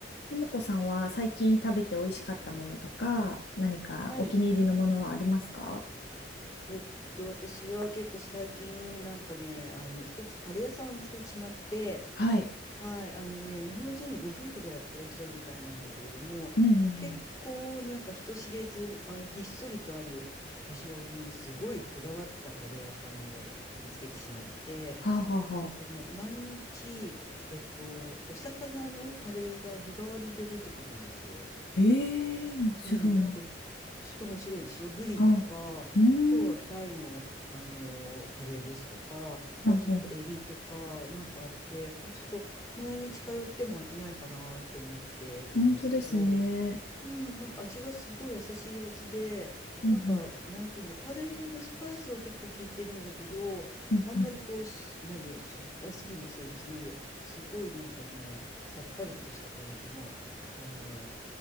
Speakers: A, on the left (about 65°); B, on the left (about 20°).
A: ともこさんは最近食べて美味しかったものとか、何かお気に入りのものはありますか
B: はい。えっと、私は結構最近なんかね、あの、一つカレー屋さんを見つけてしまって、
A: はい。
B: はい、あのね、日本人のご夫婦がやってらっしゃるみたいなんだけれども、
A: うんうんうん。
B: 結構なんか人知れず、あの、ひっそりとある場所にすごいこだわったカレー屋さんを見つけてしまって、
A: はあ、はあはあ。
B: なんかね、毎日、えっと、お魚のカレーが日替わりで出てくるんですよ。
A: ええ面白い。
B: うん、なんかちょっと面白いでしょ。ブリとか、
A: はあ。うーん。
B: 今日はタイの、
A: は
B: あのーカレーですとか、
A: あはあ。
B: あとなんかエビとかなんかあって、これちょっと毎日通っても飽きないかなって思ってるんですけど、
A: 本当ですね。
B: うん、なんか味がすごい優しい味で、
A: うん
B: なんかなんていうんだ、カレーのスパイスは結構効いてるんだけど、
A: うん。
B: あんまりこうし、
A: うんう
B: なんだよ、しょっぱすぎもせず、すごいなんかね、さっぱりとした感じの、あの